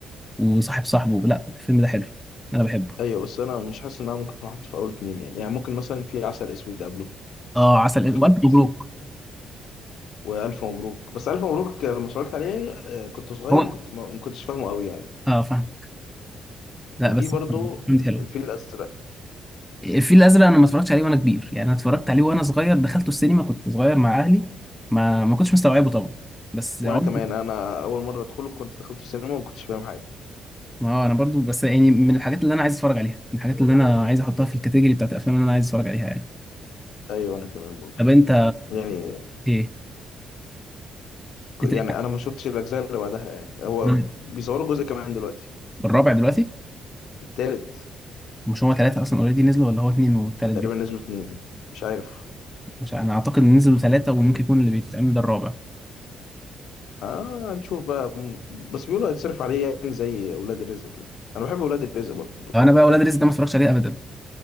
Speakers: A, in the centre; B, on the left.
A: وصاحب صاحبه لا الفيلم ده حلو انا بحبه
B: ايوه بس انا مش حاسس ان انا ممكن احطه في اول اتنين يعني يعني ممكن مثلا في عسل اسود قبله
A: اه عسل اسود،
B: يتحط
A: والف مبروك
B: والف مبروك بس الف مبروك لما اتفرجت عليه آه، كنت صغير
A: هو
B: ما كنت ما ما كنتش فاهمه قوي يعني
A: اه فاهم لا
B: وفي
A: بس
B: برضو
A: فهمت حلو
B: الفيل الازرق
A: الفيل الازرق انا ما اتفرجتش عليه وانا كبير يعني انا اتفرجت عليه وانا صغير دخلته السينما كنت صغير مع اهلي ما ما كنتش مستوعبه طبعا بس
B: وانا
A: عمري
B: كمان انا اول مره ادخله كنت دخلت في السينما وما كنتش فاهم حاجه
A: ما هو انا برضو بس يعني من الحاجات اللي انا عايز اتفرج عليها من الحاجات اللي انا عايز احطها في الكاتيجوري بتاعت الافلام اللي انا عايز اتفرج عليها يعني
B: ايوه انا كمان برضو
A: طب انت
B: يعني
A: ايه انت
B: يعني
A: ايه
B: انا ما شفتش الاجزاء اللي بعدها يعني هو
A: مم.
B: بيصوروا جزء كمان دلوقتي
A: الرابع دلوقتي
B: التالت
A: مش هما ثلاثة أصلا أوريدي نزلوا ولا هو اتنين والتالت
B: تقريبا
A: بيت
B: نزلوا اتنين مش عارف
A: مش أنا أعتقد إن نزلوا ثلاثة وممكن يكون اللي بيتعمل ده الرابع
B: اه هنشوف بقى م- بس بيقولوا هيتصرف عليه يعني زي ولاد الرزق كده انا بحب ولاد الرزق برضو
A: أنا بقى ولاد رزق ده ما اتفرجتش عليه أبدا